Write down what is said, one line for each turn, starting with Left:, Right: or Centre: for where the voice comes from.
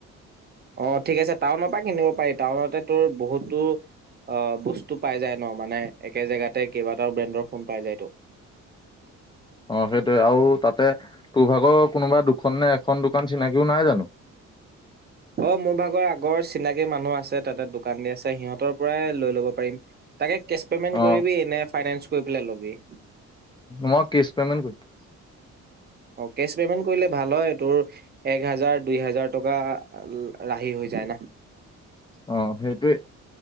Right: অঁ ঠিক আছে টাউনৰ পৰা কিনিব পাৰি টাউনতে তোৰ বহুতো বস্তু পাই যায় ন মানে একে জেগাতে কেইবাটাও ব্ৰেণ্ডৰ ফোন পাই যায় ত
Left: অঁ সেইটোৱে আৰু তাতে তোৰ ভাগৰ কোনোবা দুখন নে এখন দোকান চিনাকিও নাই জানো।
Right: অঁ মোৰ ভাগৰ আগৰ চিনাকি মানুহ আছে তাতে দোকান দি আছে। সিহঁতৰ পৰাই লৈ লব পাৰিম তাকে কেছ পেমেন্ট
Left: অ
Right: কৰিবি নে ফাইনেন্স কৈ পেলাই লবি
Left: মই কেছ পেমেন্ট কৰিম
Right: অঁ কেছ পে'মেণ্ট কৰিলে ভাল হয় তোৰ এক হাজাৰ দুই হাজাৰ টকা ৰাহি হৈ যায় ন
Left: অঁ সেইটোে